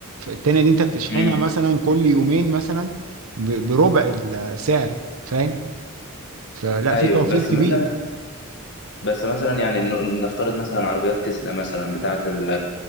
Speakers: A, on the right; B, on the left.
A: التانية دي انت بتشحنها
B: مم.
A: مثلا كل يومين مثلا ب- بربع السعر فاهم فلا
B: أيوه
A: في توفير
B: بس
A: كبير
B: مثلا بس مثلا يعني ن- نفترض مثلا عربيات تسلا مثلا بتاعة ال-